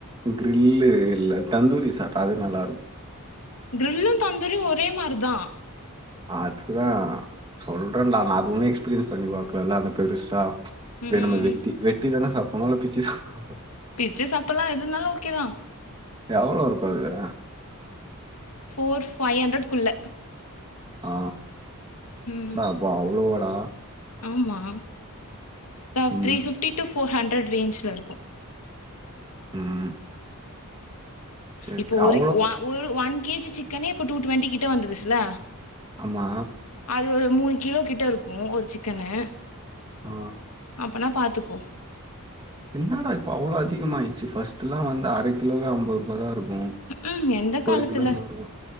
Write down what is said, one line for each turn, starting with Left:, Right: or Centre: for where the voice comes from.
Right: க்ரில்லு இல்ல தந்தூரி சாப்ட அது நல்லாருக்கு
Left: கிரில்லு தந்தூரியு ஒரே மாரிதா
Right: அதுதா சொல்றேன்டா நா அது ஒன்னு எக்ஸ்பீரியன்ஸ் பண்ணி பாக்கலல்ல அந்த பெருசா
Left: ம்
Right: இத நம்ம வெட்டி வெட்டிதான சாப்பட்னு இல்ல பிச்சு சாப்
Left: பிச்சு சாப்பல்லா எதுனாலு ஓகேதா
Right: எவளோ இருக்கு அது
Left: ஃபோர் ஃபைவ் ஹண்ரட்க்குள்ள
Right: ஆ
Left: ம்
Right: டா அப்பா அவ்ளோவாடா
Left: ஆமா த
Right: ம்
Left: த்ரீ ஃபிஃப்டி டு ஃபோர் ஹண்ரட் ரேஞ்சுல இருக்கு
Right: ம் சேரி
Left: இப்போ
Right: சேரி
Left: ஒரு
Right: அவ்ளோ
Left: ஒ ஒரு ஒன் கே ஜி சிக்கனே இப்ப டூ டுவெண்டிகிட்ட வந்துருச்சுல
Right: ஆமா
Left: அது ஒரு மூணு கிலோ கிட்ட இருக்கு ஒரு சிக்கனு
Right: ஆ
Left: அப்பனா பாத்துக்கோ
Right: என்னடா இப்ப அவ்ளோ அதிகமாய்ச்சு ஃபஸ்ட்டுல்லா வந்து அர கிலோவே அம்பது ரூபாதா இருக் ம்
Left: ம் எந்த காலத்துல
Right: ஒரு கிலோ நூறுவா